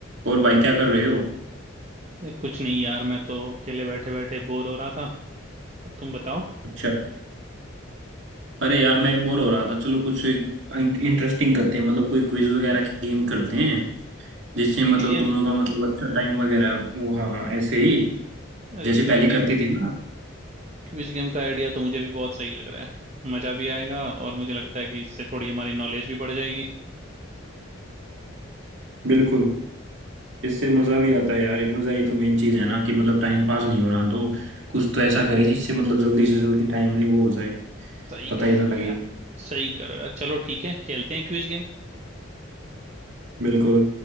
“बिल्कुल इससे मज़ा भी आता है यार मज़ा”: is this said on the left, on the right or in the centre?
Right